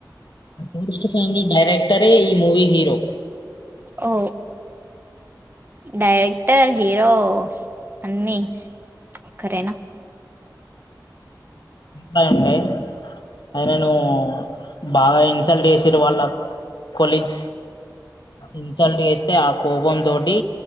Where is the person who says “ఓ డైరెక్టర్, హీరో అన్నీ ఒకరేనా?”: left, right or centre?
Right